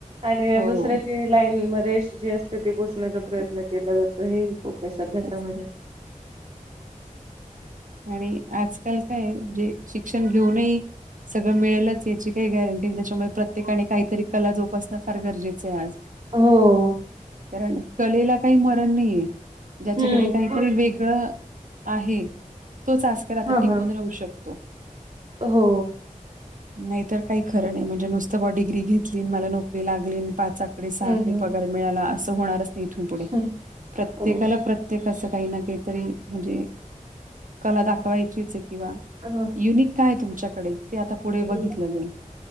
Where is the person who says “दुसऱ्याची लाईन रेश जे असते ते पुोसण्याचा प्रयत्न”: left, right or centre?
Right